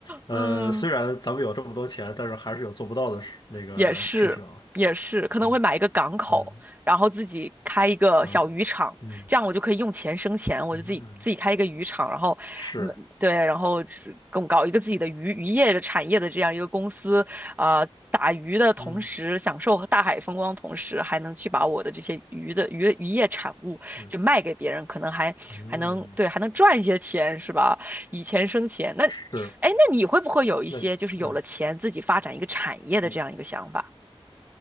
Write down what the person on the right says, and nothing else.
嗯，
也是，也是，可能我会买一个港口，
然后自己开一个小渔场，
这样我就可以用钱生钱，我就自己自己开一个渔场，
然后，
嗯，对，然后是搞搞一个自己的渔渔业的产业的这样一个公司，啊、打鱼的同时享受大海风光，
同时还能去把我的这些鱼的渔渔业产物就卖给别人，
可能还还能对还能赚一些钱，
是吧？以钱生钱，那哎，
那你会不会有一些就是有了钱自己发展一个产业的这样一个想法？